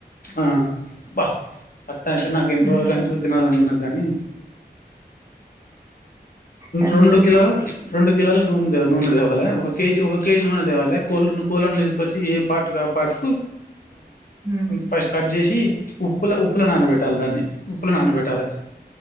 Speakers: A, on the left; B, on the right.
A: ఆ వా అట్లయితే నాకు ఎన్ని
B: ఉమ్,
A: రోజులకు అంశాలు తినాలని ఉంది గని
B: తందూరి
A: రెండు కిలోలు
B: కోడి
A: రెండు కిలోలు నూ నూనె తేవాలి ఒక కేజీ ఒక కేజీ నూనె తేవాలి కో కోళ్లను తీసుకొచ్చి ఏ పాటుకు ఆ పాటు
B: ఉమ్,
A: ఫస్ట్ కట్ చేసి ఉప్పుల ఉప్పుల నానబెట్టాలి దాన్ని ఉప్పుల నానబెట్టాలి